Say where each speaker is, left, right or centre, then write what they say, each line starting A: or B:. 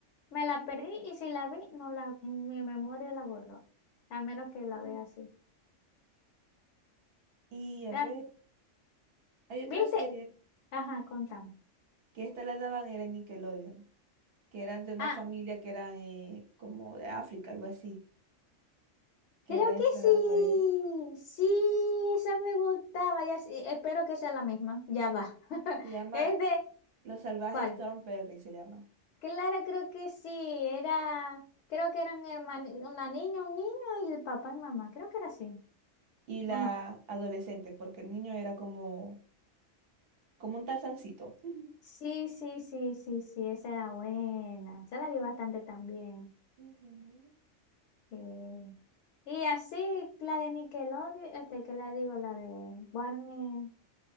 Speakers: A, on the left; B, on the right.
A: me la perdí y si la vi, no la, mi memoria la borró. Al menos que la
B: Mm.
A: vea así.
B: Y a
A: Ya,
B: ver, hay otra
A: ¿Viste?
B: serie
A: Ajá, contame.
B: que esta la daban era en Nickelodeon. que eran de una
A: Ah,
B: familia que eran eh, como de África, algo así, que
A: Creo
B: eran exploradores.
A: que sí, sí, esa me gustaba, ya sí, espero que sea la misma, ya va. <laughs>
B: Se llama
A: Es de,
B: Los Salvajes
A: ¿cuál?
B: Thornberry, se llama.
A: Clara, creo que sí, era, creo que eran hermanos, una niña, un niño y el papá y mamá, creo que era así,
B: Y la
A: ¿o no?
B: adolescente, porque el niño era como, como un tarzancito. <laughs>
A: Sí, sí, sí, sí, sí, esa era buena, esa la vi bastante también.
B: Ujú,
A: sí. Y así, la de Nickelodeon, este, que la digo, la de Warner,